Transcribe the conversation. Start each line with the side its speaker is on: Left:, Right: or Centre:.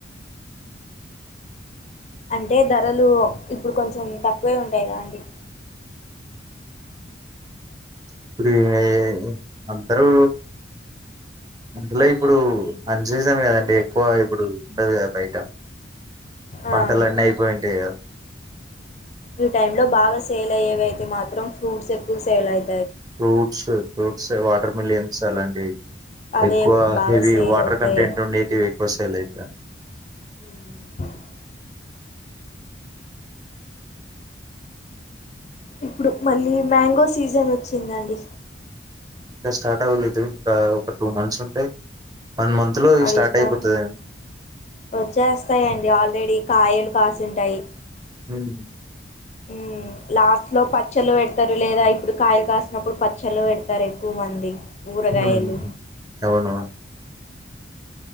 Left: అంటే ధరలు ఇప్పుడు కొంచెం తక్కువే ఉంటాయి గా అండి
Right: ఇప్పుడు ఏం అందరూ అందులో ఇప్పుడు అన్ సీజన్ కదండి ఎక్కువ ఇప్పుడు ఉండదు కదా బయట
Left: ఆ
Right: పంటలు అన్నీ అయిపోయింటాయి
Left: ఈ టైమ్ లో బాగా సేల్ అయ్యేవి అయితే మాత్రం ఫ్రూట్స్ ఎక్కువ సేల్ అయి
Right: ఫ్రూట్స్ ఫ్రూట్స్ వాటర్ మిలియన్స్ అలాంటివి
Left: అవే
Right: ఎక్కువ
Left: బాగా
Right: హెవీ
Left: సేల్
Right: వాటర్
Left: అవుతాయి
Right: కంటెంట్ ఉండేవి ఎక్కువ సేల్ అయితాయి
Left: ఉమ్ ఇప్పుడు మళ్ళీ మ్యాంగో సీజన్ వచ్చిందండి
Right: ఇంకా స్టార్ట్ అవ్వలేదు ఇంకా ఒక టూ మంత్స్ ఉంటే వన్ మంత్ లో
Left: అవి
Right: స్టార్ట్
Left: ఇష్టం
Right: అయిపోతదండి
Left: వచ్చేస్తాయండి ఆల్రెడీ కాయలు కాసింటాయి
Right: ఉమ్
Left: ఉమ్ లాస్ట్ లో పచ్చళ్ళ పెడతారు లేదా ఇప్పుడు కాయలు కాసినప్పుడు పచ్చళ్ళు పెడతారు ఎక్కువ మంది ఊరగాయలు
Right: ఉమ్ అవునా